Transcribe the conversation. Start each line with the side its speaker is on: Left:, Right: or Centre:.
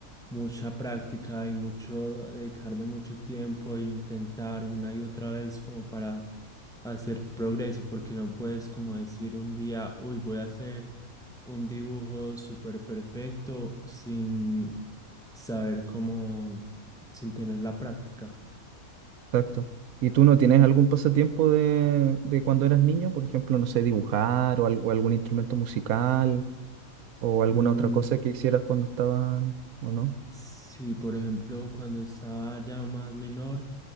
Centre: mucha práctica y mucho dedicarle mucho tiempo e intentar una y otra vez como para hacer progreso, porque no puedes como decir un día, uy, voy a hacer un dibujo súper perfecto sin saber cómo, sin tener la práctica.
Right: Exacto. ¿Y tú no tienes algún pasatiempo de, de cuando eras niño? Por ejemplo, no sé, dibujar o, al- o algún instrumento musical o alguna
Centre: Mm,
Right: otra cosa que hicieras cuando estabas, ¿o no?
Centre: Sí, por ejemplo, cuando estaba ya más menor,